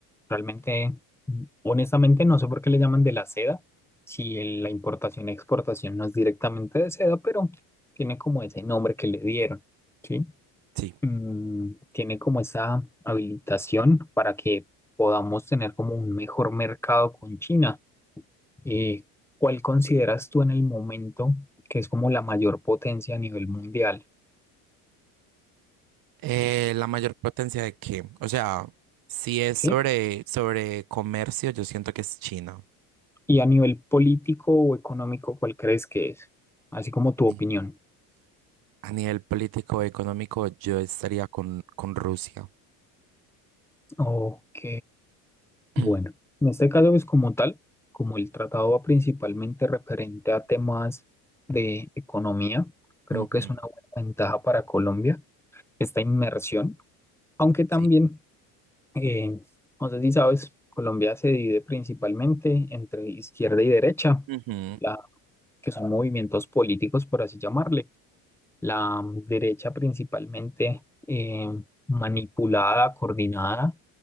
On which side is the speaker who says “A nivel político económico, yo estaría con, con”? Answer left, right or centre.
Right